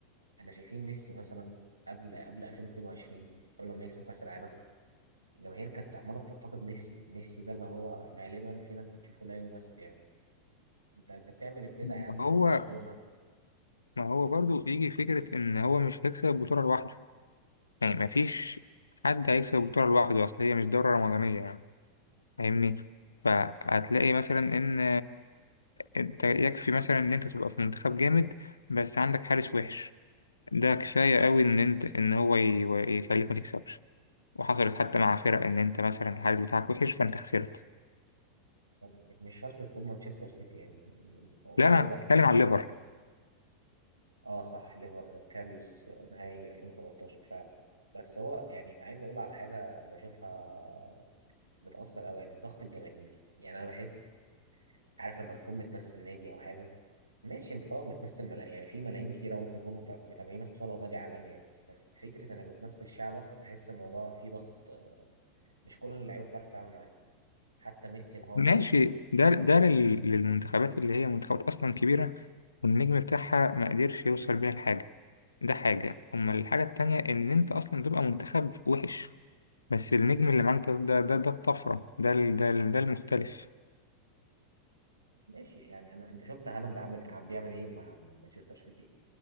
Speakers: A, on the right; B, on the left.
A: انا شايفين ميسي مثلا قبل قبل 2022 قبل ما يكسب كاس العالم الجماهير كانت عماله بتنتقد ميسي ميسي ده اللي هو غالبا في ناس بتشوفه لا يمس يعني انت انت بتعمل البدع
B: ما
A: يا عم
B: هو
A: مع برشلونه
B: ما هو برضو يجي فكرة إن هو مش هيكسب البطولة لوحده يعني مفيش حد هيكسب البطولة لوحده أصل هي مش دورة رمضانية يعني فاهمني فهتلاقي مثلا إن انت يكفي مثلا ان انت تبقى في منتخب جامد بس عندك حارس وحش ده كفاية قوي ان انت ان هو ي- يخليك ما تكسبش وحصلت حتى مع فرق ان انت مثلا الحارس بتاعك وحش فانت خسرت
A: يعني مش شرط تقول مانشستر سيتي يعني, يعني واضح
B: لا انا بتكلم على الليفر
A: اه صح ليفر كاريوس نهائي 2018 فعلا بس هو يعني عايز اقول على حاجه بشوفها بتاثر قوي يعني الضغط الجماهيري يعني انا بحس عارف لما تكون بتمثل نادي او حاجه ماشي انت طبعا بتمثل ملا... يعني في ملايين كتيرة ممكن يكونوا متع- متابعينك خصوصا لو نادي عالمي يعني بس فكرة انك بتمثل شعبك بحس الموضوع فيه ضغط مش كل اللعيبة بتعرف تتعامل معاه حتى ميسي انهار
B: ماشي
A: تحته مثلا
B: ده ده لل- للمنتخبات اللي هي منتخبات اصلا كبيرة والنجم بتاعها ما قدرش يوصل بيها لحاجة ده حاجة أما الحاجة التانية إن أنت أصلا تبقى منتخب وحش بس النجم اللي معاك ده ده ده, ده الطفرة ده ال- ده ال- ده المختلف
A: ماشي يعني انا انت شفت هالاند عامل عم بيعمل ايه مع مع مانشستر سيتي